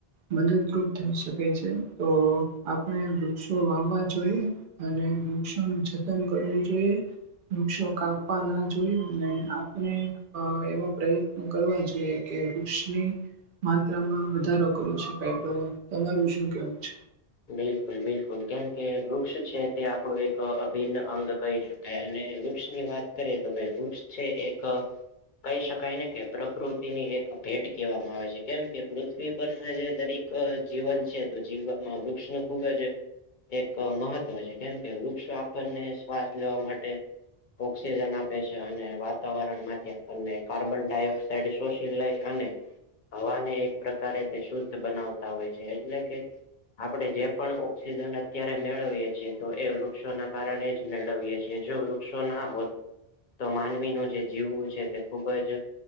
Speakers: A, on the right (about 60°); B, on the left (about 55°).
A: મદદરૂપ થઈ શકે છે તો આપણે વૃક્ષો વાવવા જોઈએ. અને વૃક્ષો ન જતન કરવું જોઈએ વૃક્ષો કાપવા ના જો આપણે એવા પ્રયત્નો કરવા જોઈએ કે વૃક્ષની માત્રામાં વધારો કર્યો છે પેટ્રોલ તમારું શું કેવું છે.
B: બિલકુલ બિલકુલ કેમકે વૃક્ષ છે તે આપડું એક અભિન્ન અંગ કહી શ અને વૃક્ષ ની વાત કરીએ તો ભ વૃક્ષ છે એક. કહી શકાય ને કે પ્રકૃતિની એક ભેટ કહેવામાં આવે છે કેમ કે પૃથ્વી પરના જે દરીક જીવન છે તો જીવનમાં વૃક્ષ નુ ખુબ જ. એક મહત્વ છે કેમ કે વૃક્ષો આપણને શ્વાસ લેવા માટે. ઓક્સિજન આપે છે અને વાતાવરણ માંથી આપણને કાર્બન ડાયોક્ સાડ શોશી લઈ અને હવાને એક પ્રકારે તે શુદ્ધ બનાવતા હોય છે એટલે કે આપણે જે પણ ઓક્સિજન અત્યારે મેળવીએ છીએ તો એ વૃક્ષોના કારણે જ મેળવીએ છીએ જો વૃક્ષ. વુક્ષો ના હોત તો માનવીનું જે જીવવું છે તે ખૂબ જ.